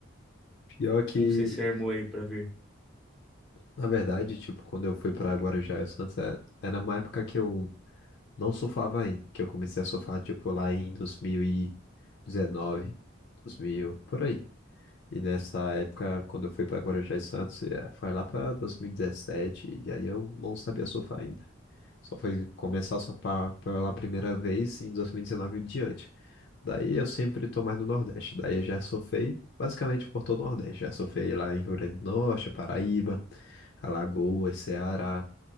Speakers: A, on the left; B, in the centre.
A: Pior que,
B: como você se armou aí pra vir?
A: na verdade, tipo, quando eu fui pra Guarujá e Santos, é- era uma época que eu Não surfava ainda, que eu comecei a surfar, tipo, lá em 2019, 2000, por aí. E nessa época, quando eu fui para Guarujá e Santos, eh, foi lá para 2017, e dezessete, e aí eu não sabia surfar ainda. Só foi começar a surfar pela primeira vez em 2019 e diante. Daí eu sempre tô mais no Nordeste. Daí eu já surfei basicamente por todo o Nordeste. Já surfei lá em Rio Grande do Norte, Paraíba, Alagoas, Ceará.